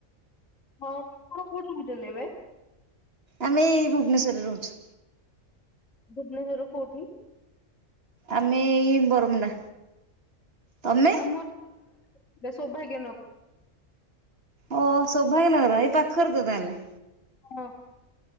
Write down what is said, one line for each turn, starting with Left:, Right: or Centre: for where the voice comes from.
Left: ହଁ ଆପଣ କୋଉଠି ରହୁଚନ୍ତି ଏବେ?
Right: ଆମେ ଏଇ ଭୁବନେଶ୍ୱରରେ ରହୁଚୁ।
Left: ଭୁବନେଶ୍ୱର କୋଉଠି?
Right: ଆମେ ଏଇ ବରମୁଣ୍ଡା ତମେ?
Left: ଆମର୍ ସୌଭାଗ୍ୟ ନ
Right: ଓ ସୌଭାଗ୍ୟ ନଗର ଏଇ ପାଖରେ ତ ତାହେଲେ
Left: ହଁ।